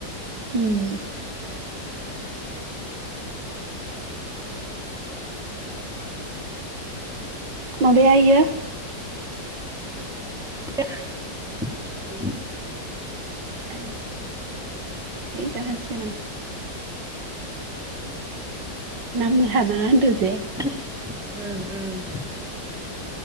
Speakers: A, on the right (about 80°); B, in the centre.
A: उम। माबाया इयो
B: <unintelligible>
A: ओइ ओइ दा होनसिगोन आं। नामलानाङा होनदो। जे
B: <unintelligible> उम उम।